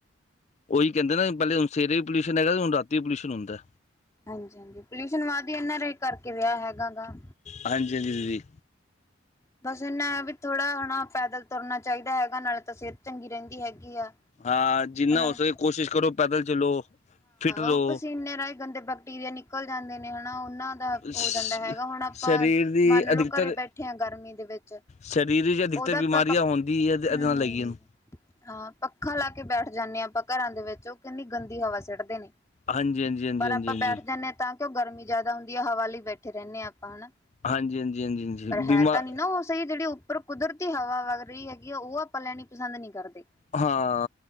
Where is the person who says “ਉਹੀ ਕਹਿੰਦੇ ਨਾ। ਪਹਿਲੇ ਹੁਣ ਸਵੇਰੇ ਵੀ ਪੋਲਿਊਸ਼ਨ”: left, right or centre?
Left